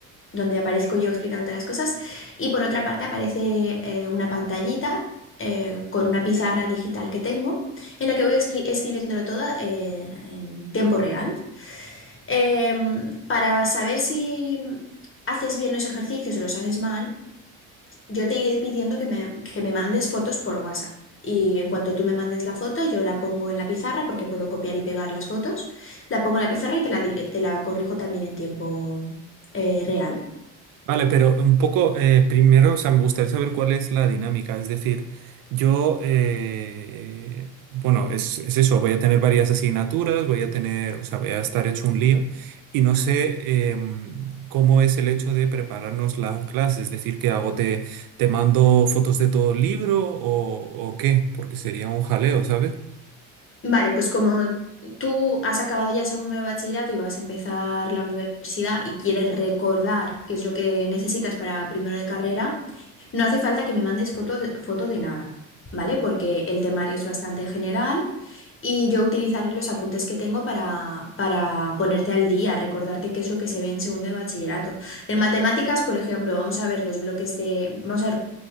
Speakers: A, on the left; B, on the right.
A: donde aparezco yo explicándote las cosas, y por otra parte aparece eh, una pantallita eh, con una pizarra digital que tengo, en la que voy expri- escribiéndolo todo eh, en tiempo real. Em, para saber si haces bien los ejercicios o los haces mal, yo te iré pidiendo que me, que me mandes fotos por WhatsApp. Y en cuanto tú me mandes la foto, yo la pongo en la pizarra porque puedo copiar y pegar las fotos. La pongo en la pizarra y te la, di- te la corrijo también en tiempo eh, real.
B: Vale, pero un poco eh, primero, o sea, me gustaría saber cuál es la dinámica. Es decir, yo, eh, bueno, es, es eso, voy a tener varias asignaturas, voy a tener, o sea, voy a estar hecho un lío y no sé em, cómo es el hecho de prepararnos la clase. Es decir, ¿qué hago? ¿Te, te mando fotos de todo el libro o, o qué? Porque sería un jaleo, ¿sabes?
A: Vale, pues como tú has acabado ya segundo de bachillerato y vas a empezar la universidad y quieres recordar qué es lo que necesitas para primero de carrera, no hace falta que me mandes foto de, foto de nada, ¿vale? Porque el temario es bastante general. Y yo utilizaré los apuntes que tengo para, para ponerte al día, recordarte qué es lo que se ve en segundo de bachillerato. En matemáticas, por ejemplo, vamos a ver los bloques de... Vamos a ver,